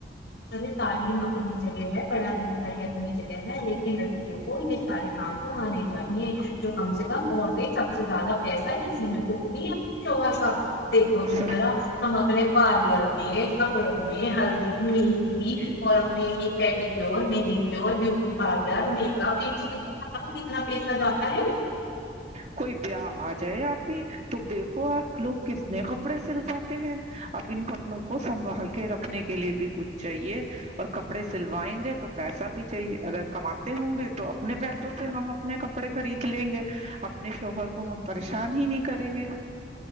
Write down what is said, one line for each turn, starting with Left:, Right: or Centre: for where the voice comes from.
Left: ارے تعلیم اپنی جگہ ہے پڑھائی لکھائی اپنی جگہ ہے لیکن لڑکیوں کو یہ سارے کام تو آنے چاہیے جو کم سے کم عورتیں سب سے زیادہ پیسہ اسی میں پھوکتی ہیں اپنی شوہر کا دیکھو
Right: میں
Left: تم ذرا ہم اپنے پار کلر میں کپڑوں میں ہلدی نہیں اور اپنے یہ پہلی manicure pedicure beauty parlour make up کتنا پیسہ جاتا ہے <unintelligible>
Right: کوئی بہ آ جائے آپ ہی تو دیکھو آپ لوگ کتنے کپڑے سلواتے ہیں اب ان کپڑوں کو سنبھال کے رکھنے کے لیے بھی کچھ چاہیے اور کپڑے سلوائیں گے تو پیسہ بھی چاہیے اگر کماتے ہوں گے تو اپنے پیسوں سے ہم اپنے کپڑے خرید لیں گے اپنے شوہر کو ہم پریشان ہی نہیں کریں گے